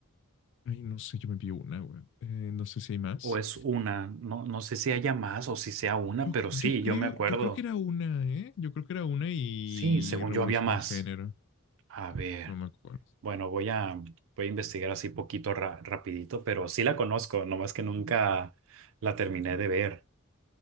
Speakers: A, on the left; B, on the right.
A: Ay, no sé, yo me vi una, güey. Eh, no sé si hay más.
B: ¿O es una? No, no sé si haya más o si sea una,
A: Yo,
B: pero sí,
A: yo creo,
B: yo me acuerdo.
A: yo creo que era una, ¿eh? Yo creo que era una y
B: Sí, según
A: revolucionó
B: yo había más.
A: un género.
B: A
A: Ah,
B: ver.
A: no me acuerdo.
B: Bueno, voy a, voy a investigar así poquito ra- rapidito, pero sí la conozco, nomás que nunca la terminé de ver.